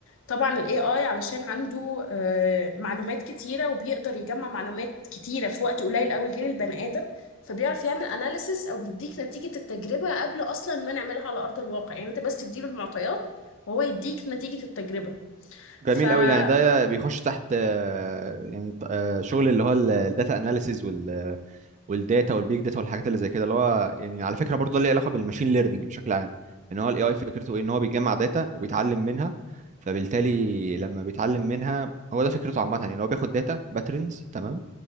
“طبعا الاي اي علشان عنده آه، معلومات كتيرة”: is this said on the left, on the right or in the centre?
Left